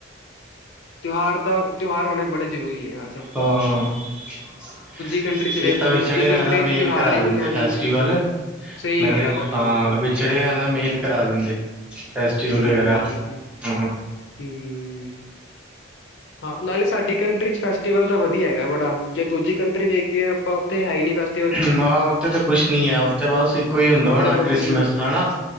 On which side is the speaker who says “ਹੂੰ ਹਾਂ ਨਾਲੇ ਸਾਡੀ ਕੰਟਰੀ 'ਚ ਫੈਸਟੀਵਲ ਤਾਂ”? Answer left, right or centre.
Left